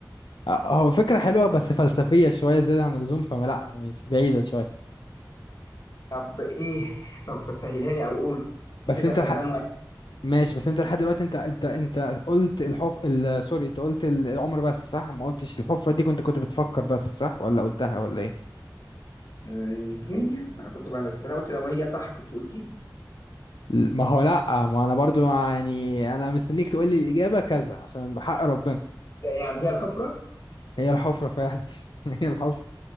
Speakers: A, on the left; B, on the left.
A: آه، هو فكرة حلوة بس فلسفية شوية زيادة عن اللزوم فلا مش بعيدة شوية
B: طب ايه طب فسهلها لي او قول وتبقى
A: بس انت
B: كسبان
A: لح...
B: واحد
A: ماشي بس انت لحد دلوقتي انت انت انت قلت الحف ال... سوري انت قلت ال- العمر بس صح ما قلتش الحفرة دي كنت كنت بتفكر بس صح ولا قلتها ولا ايه
B: الاثنين يعني ما انا كنت بقى بس انا قلت لو هي صح كنت قلت لي
A: ل- ما هو لا ما انا برضو يعني انا مستنيك تقول لي الإجابة كذا عشان بحق ربنا
B: يعني هي الحفرة
A: هي الحفرة فعلا <laughs> هي الحفرة